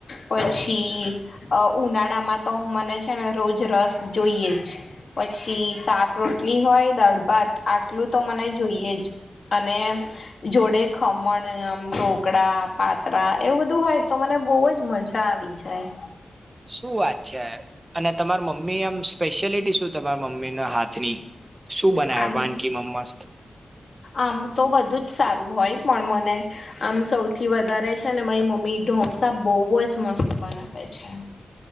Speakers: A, on the left; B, on the right.
A: પછી અ ઉનાળામાં તો મને છે ને રોજ રસ જોઈએ જ પછી શાક રો લી હોય દાળભાત આટલું તો મને જોઈએ જ અને જોડે ખમ મન આમ ઢોકળા પાત્રા એવું બધું હોય તો મને બહુજ મજા આવી જાય.
B: શું વાત છે અને તમાર મમ્મી આમ સ્પેશિયાલિટી શું તમારા મમ્મીના હાથ ની? શું બનાવે
A: આમ
B: વાનગી માં મસ્ત?
A: આમ તો બધું જ સારું હોય પણ મને આમ સૌથી વધારે છે મારી મમ્મી ઢોસા બહુ જ મસ્ત બનાવે છે.